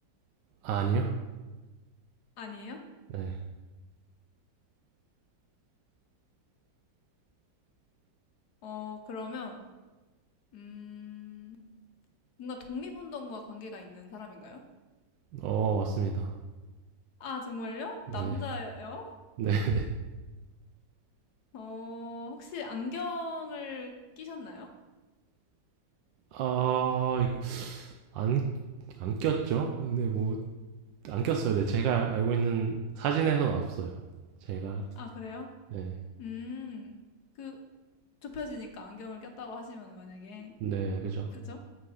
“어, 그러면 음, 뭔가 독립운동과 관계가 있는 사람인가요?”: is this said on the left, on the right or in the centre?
Left